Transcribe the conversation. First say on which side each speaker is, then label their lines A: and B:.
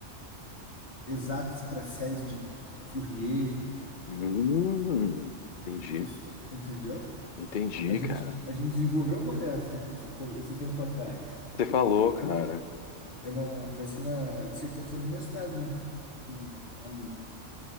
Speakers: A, on the left; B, on the left.
A: exatas para séries de Fourier,
B: Hum, entendi.
A: isso, entendeu?
B: Entendi,
A: A gente,
B: cara.
A: a gente desenvolveu uma dessas esse, pou- esse tempo atrás.
B: Você falou, cara.
A: É na, vai ser na a dissertação de mestrado de um, de um aluno.